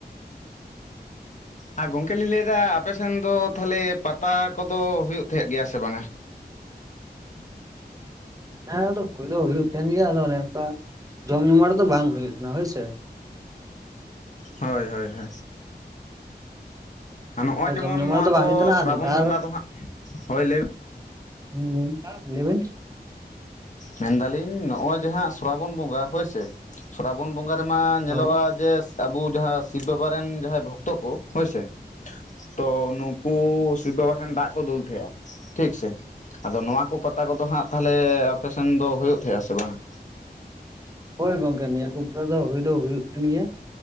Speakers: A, on the left; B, on the right.
A: ᱟᱨ ᱜᱚᱝᱠᱮ ᱞᱤᱧ ᱞᱟᱹᱭᱮᱫᱟ ᱟᱯᱮᱥᱮᱱ ᱫᱚ ᱛᱟᱦᱚᱞᱮ ᱯᱟᱛᱟ ᱠᱚᱫᱚ ᱦᱩᱭᱩᱜ ᱛᱟᱦᱮᱸᱫ ᱜᱮᱭᱟ ᱥᱮ ᱵᱟᱝᱟ
B: ᱦᱮᱸ ᱦᱩᱭ ᱫᱚ ᱦᱩᱭᱩᱜ ᱛᱟᱦᱮᱱ ᱜᱮᱭᱟ ᱟᱫᱚ ᱚᱱᱮ ᱚᱱᱠᱟ ᱡᱚᱢ ᱧᱩ ᱨᱮ ᱫᱚ ᱵᱟᱝ ᱦᱩᱭᱩᱜ ᱛᱟᱦᱮᱱᱟ ᱦᱳᱭ ᱥᱮ
A: ᱦᱚᱭ ᱦᱚᱭ ᱦᱮᱸ ᱱᱚᱜᱼᱚᱭ
B: <inaudible>
A: ᱡᱮᱢᱚᱱ
B: ᱡᱚᱢ ᱡᱚᱢᱟ
A: ᱱᱚᱣᱟ
B: ᱫᱚ ᱵᱟᱝ ᱦᱩᱭᱩᱜ ᱠᱟᱱᱟ
A: ᱥᱨᱟᱵᱚᱱ
B: ᱟᱨ ᱱᱮᱛᱟᱨ
A: ᱵᱚᱸᱜᱟ ᱫᱚ ᱦᱟᱸᱜ ᱦᱳᱭ ᱞᱟᱹᱭ
B: <inaudible>
A: ᱢᱮᱱᱫᱟᱞᱤᱧ ᱱᱚᱜ ᱚᱭ ᱡᱟᱦᱟᱸ ᱥᱨᱟᱵᱚᱱ ᱵᱚᱸᱜᱟ ᱦᱚᱭᱥᱮ ᱥᱚᱨᱨᱟᱵᱚᱱ ᱵᱚᱸᱜᱟ ᱨᱮᱢᱟ ᱧᱮᱞᱚᱜᱼᱟ
B: ᱦᱳᱭ
A: ᱡᱮ ᱟᱵᱚ ᱡᱟᱦᱟᱸ ᱥᱤᱵ ᱵᱟᱵᱟᱨᱮᱱ ᱡᱟᱦᱟᱸᱭ ᱵᱷᱚᱠᱛᱚ ᱠᱚ ᱦᱳᱭᱥᱮ ᱛᱚ ᱱᱩᱠᱩ ᱥᱤᱵ ᱵᱟᱵᱟ ᱴᱷᱮᱱ ᱫᱟᱜ ᱠᱚ ᱫᱩᱞ ᱛᱟᱦᱮᱸᱼᱟ ᱴᱷᱤᱠ ᱥᱮ ᱟᱫᱚ ᱱᱚᱣᱟ ᱠᱚ ᱯᱟᱛᱟ ᱠᱚᱫᱚ ᱦᱟᱸᱜ ᱛᱟᱦᱚᱞᱮ ᱟᱯᱮᱥᱮᱱ ᱫᱚ ᱦᱩᱭᱩᱜ ᱛᱟᱦᱮᱸᱜᱼᱟ ᱥᱮ ᱵᱟᱝᱟ
B: ᱦᱚᱭ ᱜᱚᱝᱠᱮ ᱱᱤᱭᱟᱹ ᱠᱚ <inaudible> ᱫᱚ ᱦᱩᱭ ᱫᱚ ᱦᱩᱭᱩᱜ ᱜᱮᱭᱟ